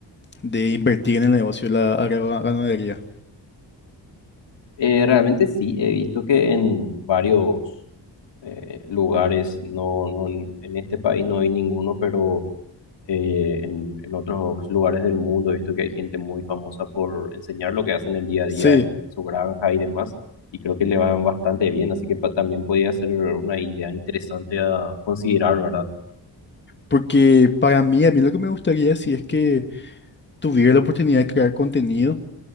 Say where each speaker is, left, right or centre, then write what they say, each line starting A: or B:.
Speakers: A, on the left; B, on the left.
A: de invertir en el negocio de la agroganadería.
B: Eh, realmente sí, he visto que en varios eh, lugares. No, no, en en este país no hay ninguno, pero eh, en, en otros lugares del mundo he visto que hay gente muy famosa por enseñar lo que hacen el día a día
A: Sí,
B: en, su granja y demás. Y creo que le van bastante bien, así que pa- también podría ser una idea interesante a considerar, ¿verdad?
A: porque para mí, a mí lo que me gustaría si es que tuviera la oportunidad de crear contenido.